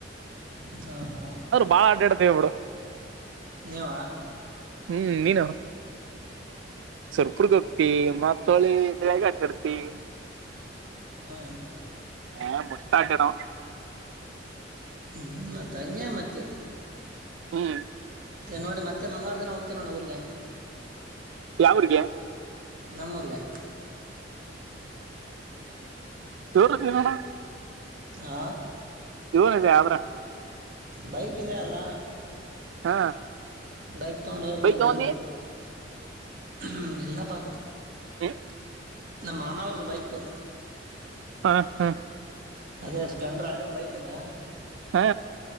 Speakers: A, on the right; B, on the right.
A: ಹ ಹಾ
B: ಬಾಳ ಅಡ್ಡಾಡ್ತೀವಿ ಬಿಡು
A: ನೀವ
B: ಹ್ಮ್ ನೀನು ಸರ್ಪುರ್ಗ ಹೋಗ್ತಿ ಮತ್ತೊಳಿ ಬೇಗ್ ಹಾಕಿರ್ತಿ
A: ಹಾ
B: ಹ ಮುಟ್ಟ <unintelligible>
A: ಹ್ಮ್ ಮತ್ತೆ ಹಂಗೆ ಮತ್ತೆ
B: ಹ್ಮ್
A: ಮ ನೋಡಿ ಮತ್ತೆ ಮಂಗಳವಾರ ದಿನ ಹೋಗ್ತೀವಿ ನೋಡಿ ಊರಿಗೆ
B: ಯಾವೂರಿಗೆ
A: ನಮ್ಮೂರ್ಗೆ
B: ಚೋರುಣ <unintelligible>
A: ಹಾ
B: ದೇವನದೆ ಆದ್ರ <unintelligible>
A: ಬೈಕ್ ಇದದೆ ಅಲ್ಲ
B: ಹಾ
A: ಬೈಕ್ ತಗೊಂಡು ಹೋಗಬಡದು
B: ಬೈಕ್ ತಗೊಂಡಿ
A: ಅವ್ರಿಗೆ ಹ್ಮ್ ಎಲ್ಲಪ್ಪಾ
B: ಹ್ಮ
A: ನಮ್ ಮಾಮವ್ರದ್ದು ಬೈಕು
B: ಹಾ ಹಾ
A: ಅದೇ ಸ್ಪ್ಲೆಂಡರ್ ಹಳೇದ ಬೈಕ್ ಅದಾ
B: ಹಾ